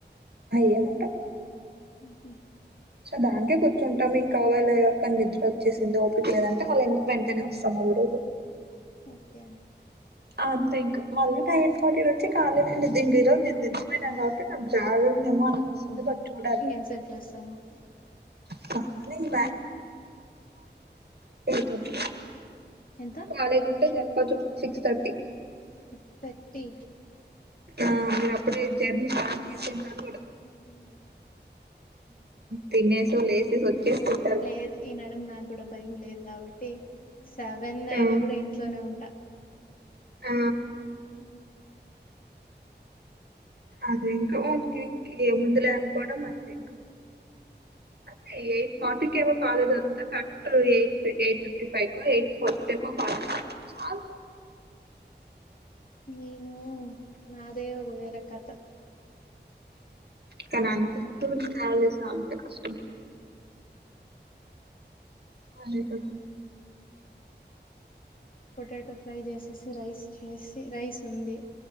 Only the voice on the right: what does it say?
ఏమ్ ఉంటాయి
సో దాకే కూర్చుంటాం ఇంకావేళ ఎవరికనా నిద్ర వచ్చేసింది ఓపిటీ లేద అంటే వాళ్ళ వెంటనే వస్తాం ఒకఓ రోజు
అంతే ఇంకా మళ్ళీ టైం ఫట వచ్చి ఖాీ న దంనికిలో నేను నింపోయిను కాబట్టి నాకు జాగందేమో చూడ
<unintelligible> <unintelligible> ఎయి థర్టీ
కాలేజ్ ఉంటే జరుకోవచ్చు సిక్స్ థర్టీ
ఆ మీరు అప్పుడే జర్నీ స్టార్ట్ చేసింటారు కూడ
తినేసు లేసిస్ వచ్చే <unintelligible>
ఉమ్,
ఆ
అదే ఇంకా ఇంక ఇంక ఏముందులే అనుకోవడం అంతే ఇంకా
అదతే ఎయిట్ ఫార్టీకి కాలేజ్ అదంతా correct eight eight fifty five eight forty college స
కానీ అంత ట్రావెల్ <unintelligible> కష్టం అ